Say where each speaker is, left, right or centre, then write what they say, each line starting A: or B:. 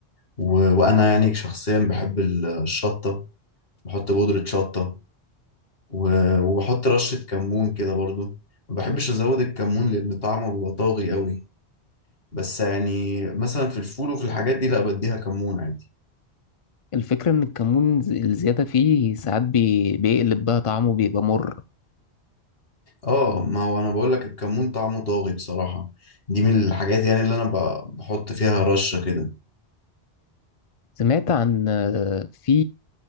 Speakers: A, on the left; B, on the left.
A: و- وأنا يعني شخصيا بحب ال- الشطة بحط بودرة شطة و- وبحط رشة كمون كده برضو ما بحبش أزود الكمون لأن طعمه بيبقى طاغي قوي بس يعني مثلا في الفول وفي الحاجات دي لا بديها كمون عادي
B: الفكره ان الكمون ز- الزياده فيه ساعات بي- بيقلب بقى طعمه بيبقى مر
A: اه ما هو أنا بقولك الكمون طعمه طاغي بصراحة دي من الحاجات يعني اللي أنا ب- بحط فيها رشة كده
B: سمعت عن في